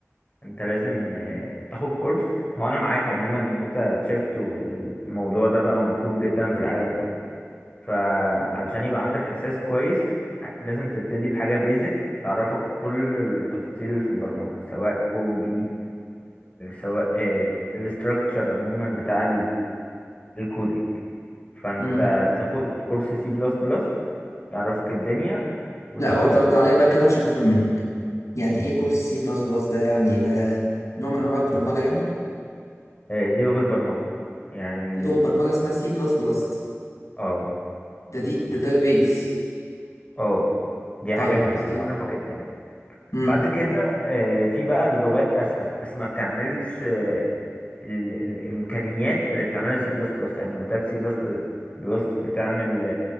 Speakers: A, on the left (about 25°); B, on the left (about 85°).
A: انت لازم آه، تاخد كورس هو انا معاك عموما ان انت تشيفت والموضوع ده بقى مطلوب جدا في العالم كله فعلشان يبقى عندك اساس كويس ع- لازم تبتدي بحاجة بيزك تعرفك كل التفاصيل اللي في البرمجة سواء او بي سواء الاستراكتشر عموما بتاع الكودينج فانت
B: امم
A: تاخد كورس سي بلس بلس يعرفك الدنيا وتاخد
B: لا واحدة واحدة عليا بقى كده عشان أفهم منك يعني إيه كورس سي بلس بلس ده يعني ده نوع من أنواع البرمجة يعني
A: آه، دي لغة برمجة يعني
B: دي لغة برمجة اسمها سي بلس بلس
A: اه
B: ده دي ده ده البيز
A: اه دي
B: طيب
A: حاجة هتعرفك
B: وبعدين
A: الدنيا
B: مم.
A: بعد كده آه، في بقى اللغات أسهل بس ما بتعملش آه، ال- الإمكانيات اللي بتعملها سي بلس بلس يعني قلت لك سي بلس بلس بتعمل